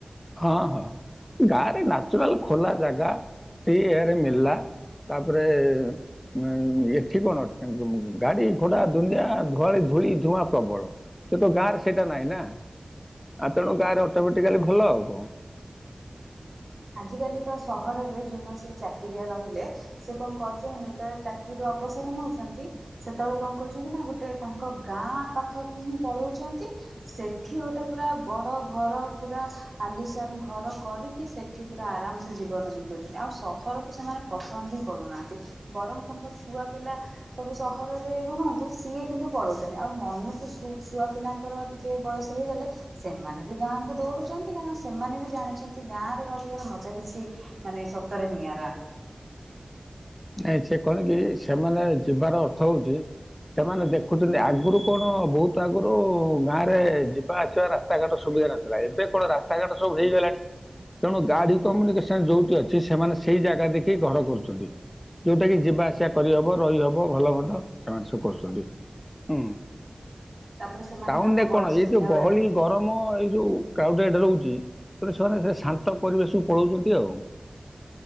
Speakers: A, on the left; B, on the right.
A: ହଁ ହଁ ଗାଁରେ ନାଚୁରାଲ ଖୋଲା ଜାଗା ଫ୍ରି ଏୟାର ମଳିଲା ତାପରେ ଉ ଏଠି କଣ ଗାଡି ଘୋଡା ଦୁନିଆ ଧୁଆଳି ଧୂଳି ଧୂଆଁ ପ୍ରବଳ କିନ୍ତୁ ଗାଁରେ ସେଇଟା ନାହିଁ ନା ତେଣୁ ଗାଁ ରେ ଅଟୋମେଟିକାଲି ଭଲ ଆଉ କୁ
B: ଆଜିକାଲି ତ ସହରରେ ଯୋଉମାନେ ସବୁ ଚାକିରିଆ ରହିଲେ ସେ କଣ କରୁଛନ୍ତି ଯେତେବେଳେ ଚାକିରିରୁ ଅବସର ନଉଛନ୍ତି ସେତେବେଳେ କଣ କରୁଛନ୍ତି ନା ଗୋଟେ ତାଙ୍କ ଗାଁ ପାଖକୁ ହିଁ ପଳଉଛନ୍ତି ସେଠି ଗୋଟେ ପୁରା ବଡ ଘର ପୁରା ଆଲିସାନ ଘର କରିକି ସେ। ଏଠି ପୁରା ଆରାମ ସେ ଜୀବନ ବିତାଉଛନ୍ତି ଆଉ ସହରକୁ ସେମାନେ ପସନ୍ଦ ହି କରୁନାହାନ୍ତି ବରଂ ତାଙ୍କ ଛୁଆ ପିଲା ସବୁ ସହରରେ ରୁହନ୍ତୁ ସିଏ କିନ୍ତୁ ପଳଉଛନ୍ତି ଆଉ ମନକୁ ଛୁଆ ପିଲାଙ୍କର ଟିକେ ବୟସ ହେଇଗଲେ ସେମାନେ ବି ଗାଁ କୁ ଦୌଡୁଛନ୍ତି କାରଣ ସେମାନେ ବି ଜାଣିଛନ୍ତି ଗାଁରେ। ରହିବାର ମଜା କିଛି ମାନେ ସତରେ ନିଆରା।
A: ଆଛା ସେ କଣ କି ସେମାନେ ଯିବାର ଅର୍ଥ ହଉଛି ସେମାନେ ଦେଖୁଛନ୍ତି ଆଗରୁ କଣ ବହୁତ ଆଗରୁ ଗାଁରେ ଯିବା ଆସିବା ରାସ୍ତାଘାଟ ସୁବିଧା ନଥିଲା ଏବେ କଣ ରାସ୍ତାଘାଟ ସବୁ ହେଇଗଲାଣି ତେଣୁ ଗାଡି କମ୍ୟୁନିକେସନ ଯୋଉଠି ଅଛି ସେମାନେ ସେଇ ଜାଗା ଦେଖିକି ଘର କରୁଛନ୍ତି। ଯୋଉଟା କି ଯିବା ଆସିବା କରିହବ ରହିହବ ଭଲ ମନ୍ଦ ସେମାନେ ସବୁ କରୁଛନ୍ତି ହୁଁ।
B: ତାପରେ ସେମାନେ
A: ଟାଉନ
B: ତାଙ୍କ
A: ରେ
B: ବୟସ
A: କଣ ଏଇ
B: ଥିଲାବେଳେ
A: ଯୋଉ ଗହଳି ଗରମ। ଯୋଉ କ୍ରାଉଡେଡ଼୍ ରହୁଛି ତଣୁ ସେମାନେ ସେ ଶାନ୍ତ ପରିବେଶକୁ ପଳାଉଛନ୍ତି ଆଉ।